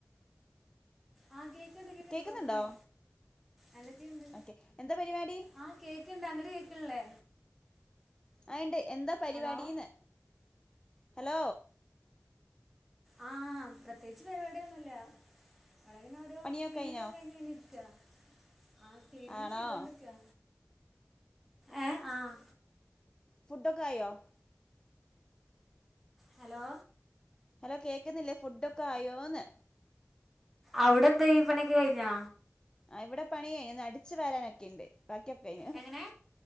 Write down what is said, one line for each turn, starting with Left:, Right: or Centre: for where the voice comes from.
Centre: ആഹ് കേക്കൺണ്ട് കേക്കൺണ്ട്
Left: കേൾക്കുന്നുണ്ടോ
Centre: പറഞ്ഞോളീ എന്തൊക്കെയുണ്ട്
Left: ഓക്കെ എന്താ പരിപാടി
Centre: ആഹ് കേക്കൺണ്ടാ അങ്ങട് കേക്കണില്ലേ
Left: ആഹ് ഇണ്ട് എന്താ പരിപാടീന്ന്
Centre: ഹലോ
Left: ഹലോ
Centre: ആഹ് പ്രത്യേകിച്ച് പരിപാടിയൊന്നുംല്ല ഞാനിങ്ങനോരൊ
Left: പണിയൊക്കെ
Centre: ക്ലിനിങ്ങക്കെ
Left: കഴിഞ്ഞോ
Centre: കഴിഞ്ഞിങ്ങനിരിക്ക്യാ ആഹ് ക്ലീനിങ്ങ്
Left: ആണോ
Centre: ചെയ്തോണ്ട്നിക്കാ ഏഹ് ആഹ്
Left: ഫുഡൊക്കായോ
Centre: ഹലോ
Left: ഹലോ കേക്ക്‌ന്നില്ലേ ഫുഡൊക്കെ ആയോന്ന്
Centre: അവിടെന്തായി പണിക്കെ കഴിഞ്ഞാ
Left: ആഹ് ഇവിടെ പണി ഒന്നടിച്ച് വരാനൊക്കെണ്ട് ബാക്കിയൊക്കെ കയ്ഞ്ഞ്
Centre: എങ്ങനേ